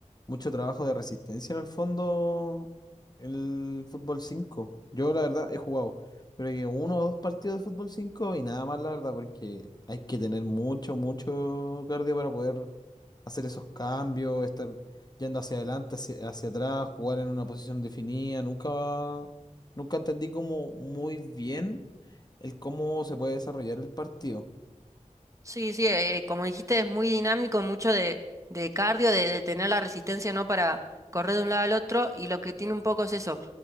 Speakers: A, on the left; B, on the right.
A: mucho trabajo de resistencia en el fondo el fútbol cinco Yo la verdad he jugado, creo que uno o dos partidos de fútbol 5 y nada más la verdad porque hay que tener mucho, mucho cardio para poder hacer esos cambios, estar yendo hacia adelante, hacia, hacia atrás, jugar en una posición definida. Nunca, nunca entendí como muy bien el cómo se puede desarrollar el partido.
B: Sí, sí, eh, eh, como dijiste, es muy dinámico, mucho de, de cardio, de, de tener la resistencia, ¿no? Para correr de un lado al otro. Y lo que tiene un poco es eso,